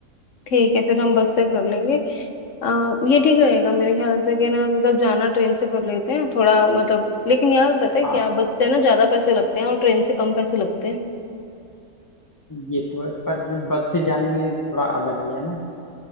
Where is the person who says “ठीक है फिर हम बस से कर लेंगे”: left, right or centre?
Left